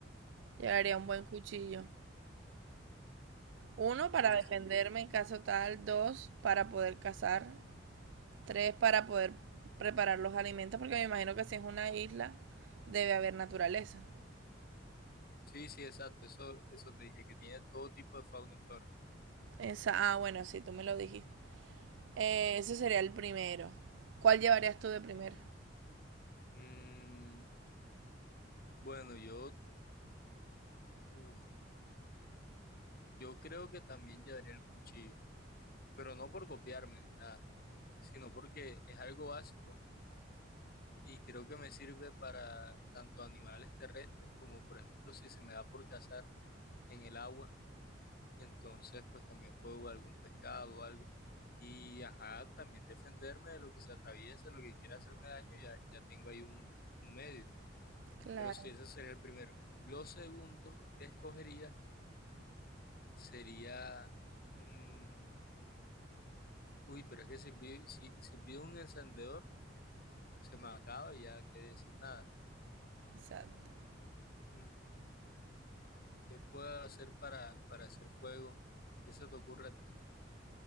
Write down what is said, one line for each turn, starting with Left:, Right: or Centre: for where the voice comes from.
Right: Llevaría un buen
Left: Ok.
Right: cuchillo. Uno, para
Left: Sí,
Right: defenderme
Left: sí.
Right: en caso tal. Dos, para poder cazar. Tres, para poder preparar los alimentos, porque me imagino que si es una isla, debe haber naturaleza.
Left: Sí, sí, exacto. Eso, eso te dije, que tiene todo tipo de fauna y flora.
Right: Esa, ah, bueno, sí, tú me lo dijiste. Eh, ese sería el primero. ¿Cuál llevarías tú de primero?
Left: Mm, bueno, yo, uf, yo creo que también llevaría el cuchillo, pero no por copiarme ni nada sino porque es algo básico y creo que me sirve para tanto animales terrestres como, por ejemplo, si se me da por cazar en el agua, entonces pues también puedo algún pescado o algo. Y ajá, también defenderme de lo que se atraviese, lo que quiera hacerme daño, ya, ya tengo ahí un, un medio.
Right: Claro,
Left: Pero sí, ese sería el primero. Lo segundo que escogería sería, mm, uy, pero es que si pido, si, si pido un encendedor, se me acaba y ya quedé sin nada.
Right: exacto.
Left: Mm. ¿Qué puedo hacer para, para hacer fuego? ¿Qué se te ocurre a ti?